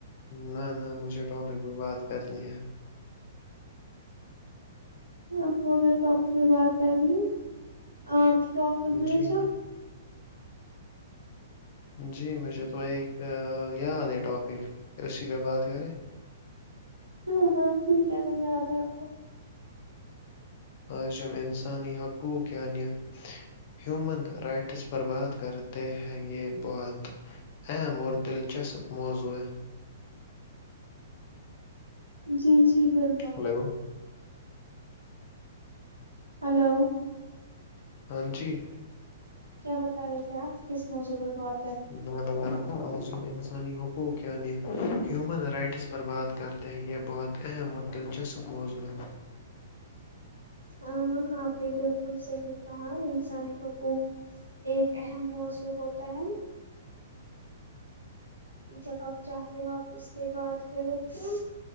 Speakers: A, on the left; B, on the right.
A: نہ نہ مجھے ٹاپک پہ بات کرنی ہے
B: آپ کو اگر ٹاپک میں بات کرنی ہے آپ ٹاپک بھیجو
A: جی ہاں جی مجھے تو ایک یاد ہے ٹاپک اسی پہ بات کرے
B: ہاں ہاں ٹھیک ہے پ یاد ہے آپ کو
A: آج جب انسانی حقوق یعنی ہیومن رائٹس پر بات کرتے ہیں یہ بہت اہم اور دلچسپ موضوع ہے
B: جی جی جی بالکل
A: ہلو
B: ہلو
A: ہاں جی
B: کیا بتا رہے تھے آپ کس موضوع پر بہت
A: میں بازاروں سانی حقوق یعنی ہیومن رائٹس پر بات کرتے ہیں یہ بہت اہم اور دلچسپ موضوع ہے
B: ہاں آ بھی بالکل صحی کہاں انسانی حقوق ایک اہم موضوع ہوتا ہے جب آپ چاہتے ہو آپ اس پہ بات کرو تو